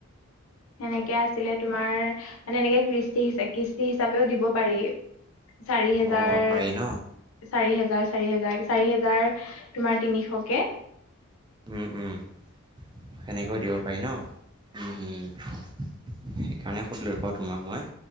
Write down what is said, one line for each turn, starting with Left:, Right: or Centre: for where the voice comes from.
Left: সেনেকে আছিলে তোমাৰ মানে এনেকে কৃষ্টি হিচ কৃষ্টি হিচাপেও দিব পাৰি। চাৰি হেজাৰ,
Right: অ', অ', পাৰি ন?
Left: চাৰি হেজাৰ, চাৰি হেজাৰ, চাৰি হেজা হাজাৰ তোমাৰ তিনিশকে।
Right: উম', উম' সেনেকৈও দিব পাৰি ন। উম, উম'। সেইকাৰণে সুধিলো পা তোমাক মই,